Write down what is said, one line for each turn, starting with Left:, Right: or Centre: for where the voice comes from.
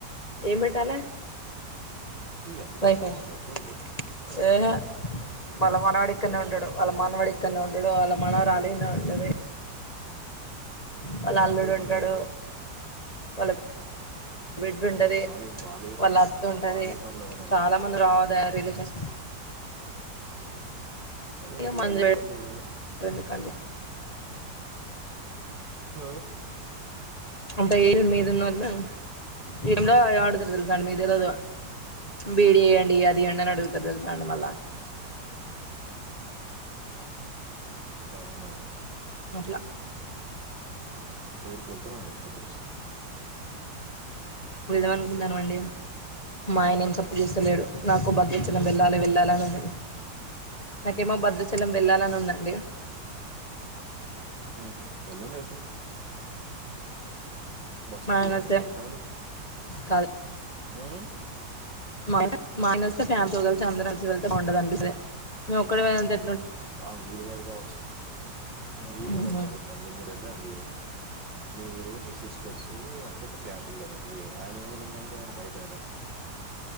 Left: ఏం పెట్టాలె
Right: తీయండి
Left: వైఫై
Right: పాపం
Left: అహ్
Right: ఆ ముసలోళ్ళు
Left: ఎహే మళ్ళ మనవడ్ ఇక్కడనే ఉంటడు వాళ్ళ మానవడు ఇక్కడనే ఉంటడు. వాళ్ళ మానవరాలు ఇన్నే ఉంటది. వాళ్ళ
Right: వాళ్ళే
Left: అల్లుడు ఉంటడు.
Right: పనిలో ఉన్నారు
Left: వాళ్ళ బిడ్డుంటది.
Right: వాళ్ళే వాళ్ళే
Left: వాళ్ళ
Right: పని
Left: అత్తుంటది
Right: ఆ వాళ్ళే పనిలో ఉన్నారు
Left: చాలా మంది రావద రిలేషన్స్
Right: అదేనండి
Left: ఇక మనం
Right: వాళ్ళు ఏ పనిలో ఉన్నరు
Left: చేయడం ఎందుకండి
Right: హ
Left: అంటె ఏల్ మీదున్నోళ్లు ఎ టైంలా ఆడుదురు మీ తెల్వదు బిడియండి అదీయండి అని అడుగుతరు తెలుస అండి మల్ల
Right: ఉమ్, అవునా
Left: అట్ల
Right: ఊరికి వెళతావా రా కొద్ది రోజుకి
Left: వెళదామ అనుకుంటున్నామండి. మా ఆయన ఏం సప్పుడ్ చేస్తలేదు. నాకు భద్రాచలం
Right: ఉమ్,
Left: వెళ్ళాలి వెళ్ళాలి అని ఉంది. నాకేమో భద్రాచలం వెళ్ళాలని ఉందండి.
Right: హ్మ్ హు వెళ్ళండైతే బస్
Left: మా
Right: ఫ్రీయెనే
Left: ఆయన వస్తే
Right: ఎల్రాండి
Left: కాదు
Right: మ్
Left: మ అయన మా ఆయనోస్తే ఫ్యామిల్తొ కలిసి అందరం కలిసి వెళ్తే బావుంటదనిపిస్తది. మేము ఒక్కలమె ఎళ్తే
Right: ఆ వీలు కాదు కావొస్స్ ఆయనకి వీలు
Left: ఉహు
Right: కాదు కావొచ్చు అండి మీరెళ్ళండి. మీరు మీ సిస్టర్సు అంతా ఒక ఫ్యామిలీ గదండి. ఆయన ఏముండదండి ఆయన బయటయనే